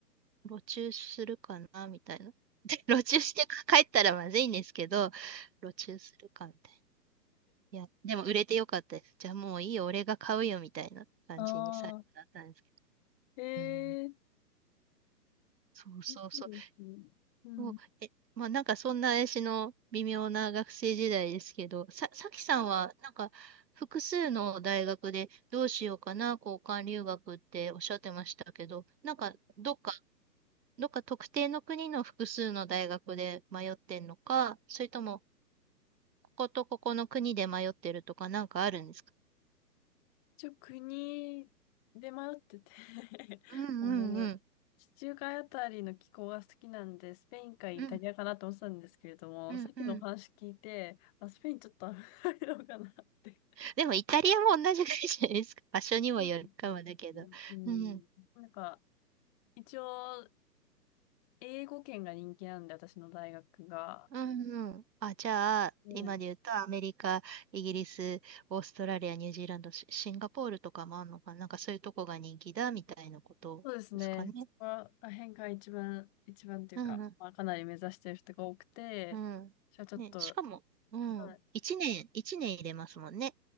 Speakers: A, on the right; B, on the left.
A: 路駐するかなみたいな。で、路駐して帰ったらまずいんですけど、路駐するかみたいな。いや、でも売れてよかったです。じゃあもういいよ、俺が買うよみたいな感じに最後なったんですけ
B: ああー、えー、
A: ど。うん、
B: い
A: そうそうそう。
B: いですね。うん。
A: もう、え、まあなんかそんな私の微妙な学生時代ですけど、さ、さきさんはなんか複数の大学でどうしようかな、交換留学っておっしゃってましたけど、なんかどっか、どっか特定の国の複数の大学で迷ってんのか、それともこことここの国で迷ってるとかなんかあるんですか
B: 一応国で迷ってて <laughs>
A: うんうんうん。
B: あの、地中海あたりの気候が好きなんで、スペインかイタリアかなと思ってたんですけれども、
A: うんうんうん
B: さっきのお話聞いて、あ、スペインちょっと危ないのかなって。
A: でもイタリアも同じぐらいじゃないですか。<laughs> 場所にもよるかもだけど。
B: そうですね。うん。
A: うん。
B: なんか、一応、英語圏が人気なんで、私の大学が。
A: うんうん。あ、じゃあ、
B: ね
A: 今で言うとアメリカ、イギリス、オーストラリア、ニュージーランド、シシンガポールとかもあるのかな。なんかそういうとこが人気だみたいなことですかね。
B: そうですね。そこら辺が一番、一番というか、
A: うんうん
B: まあ、かなり目指してる人が多くて、
A: うん。
B: じゃあちょっと、
A: ね、しかも、うん。
B: はい
A: 一年、一年入れますもんね。